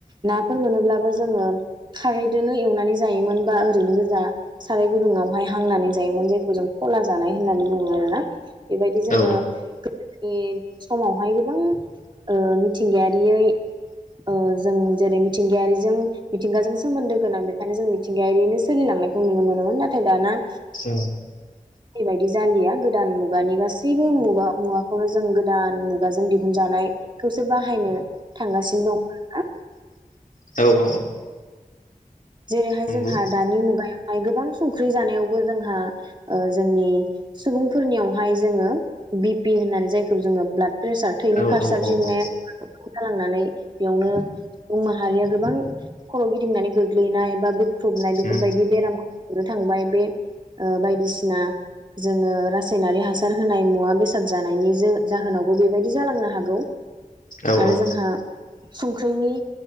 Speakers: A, on the right; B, on the left.
A: नाफोर मोनोब्लाबो जोङो खारैदोनो एवनानै जायोमोन बा ओरैनो गोजा साराय गुदुावहाय हांनानै जायोमोन जों खला जानाय होननानै बुङो आरोना बेबायदि जोङो
B: औ
A: दोनि समावहाय गोबां ओ मिथिंगायारियै ओ जों जेरै मिथिंगायारिजों मिथिंगाजों सोमोन्दो गोनां बेखायनो जों मिथिंगायारिनो सोलिलांनायखौ नुनो मोनोमोन नाथाय दाना
B: औ।
A: बेैबायदि जालिया गोदान मुगानि गासैबो मुगा मुवाखौनो जों गोदान मुगाजों दिहुनजानाय खौसो बाहायनो थांगासिनो दं। आ
B: औ औ औ।
A: जेरैहाय
B: नंगौ
A: जोंहा दानि मुगायाव गोबां संख्रि जानायावबो जोंहा ओ जोंनि सुबुंफोरनियावहाय जोङो बिपि होननानै जायखौ जोङो ब्लाद प्रेसार थैनि
B: औ
A: खारसारदिंनाया
B: औ औ
A: <inaudible> जालांनानै बेयावनो सुबुं माहारिया गोबां खर गिदिंनानै गो लिनाय एबा बु ख्रुबनाय
B: उम
A: बेफोरबायदि
B: औ
A: बेरामखौ थांबाय बे ओ बायदिसिना जोङो रासायनारि हासार होनाय मुवा बेसाद जानायनि जो-जाहोनावबो बेबायदि जालांनो हागौ।
B: औ
A: आरो
B: औ।
A: जोंहा संख्रिनि